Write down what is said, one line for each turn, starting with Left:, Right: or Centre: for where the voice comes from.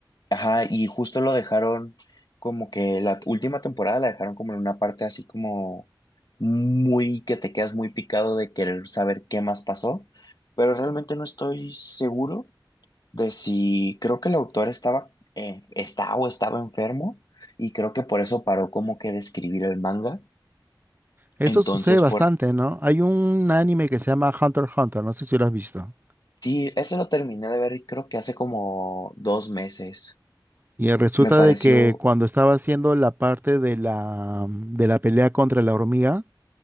Left: Ajá, y justo lo dejaron como que la última temporada la dejaron como en una parte así como muy que te quedas muy picado de querer saber qué más pasó, pero realmente no estoy seguro de si creo que el autor estaba, eh, está o estaba enfermo y creo que por eso paró como que de escribir el manga.
Right: Eso
Left: Entonces,
Right: sucede bastante,
Left: por,
Right: ¿no? Hay un anime que se llama Hunter x Hunter, no sé si lo has visto.
Left: sí, ese lo terminé de ver y creo que hace como dos meses.
Right: Y resulta
Left: Me pareció,
Right: de que cuando estaba haciendo la parte de la, de la pelea contra la hormiga,